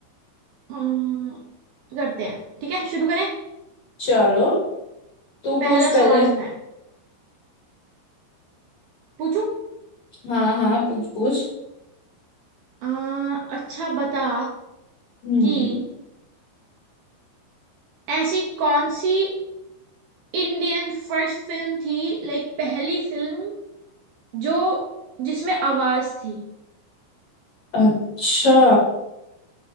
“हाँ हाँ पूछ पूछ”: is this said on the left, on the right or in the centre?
Left